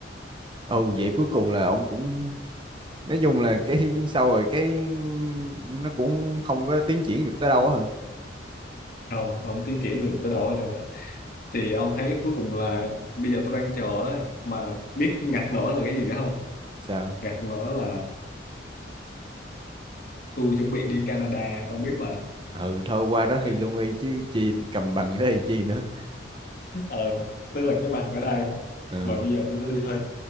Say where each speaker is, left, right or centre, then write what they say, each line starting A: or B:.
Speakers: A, on the right; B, on the left.
A: ừ vậy cuối cùng là ông cũng nói chung là cái sau rồi cái nó cũng không có tiến triển được tới đâu á hả
B: không không tiến triển được tới đâu hết trơn á thì ông thấy cuối cùng là bây giờ tôi đang chờ đó mà biết ngặt nổi là cái gì nữa không
A: sao
B: ngặt nổi là tôi chuẩn bị đi Canada ông biết mà
A: ừ thôi qua đó
B: Tức-
A: thi lương y chứ chi cầm bằng như thế thì chi nữa
B: ờ tức là cái bằng ở đây
A: ừ.
B: mà bây giờ tôi cứ đi thi